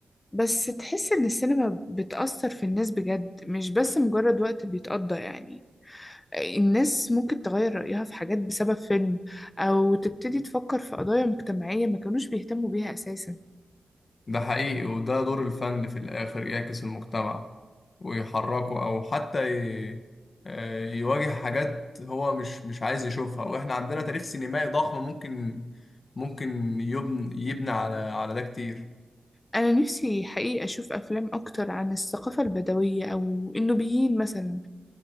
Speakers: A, on the left (about 20°); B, on the left (about 40°).
A: بس تحس ان السينما بتأثر في الناس بجد مش بس مجرد وقت بيتقضى يعني الناس ممكن تغير رأيها في حاجات بسبب فيلم أو تبتدي تفكر في قضايا مجتمعية ما كانوش بيهتموا بيها أساسا
B: ده حقيقي وده دور الفن في الآخر يعكس المجتمع ويحركه أو حتى ي... آه، يواجه حاجات هو مش مش عايز يشوفها وإحنا عندنا تاريخ سينمائي ضخم ممكن ممكن يبني يبني على على ده كتير
A: أنا نفسي حقيقة أشوف أفلام أكتر عن الثقافة البدوية أو النوبيين مثلا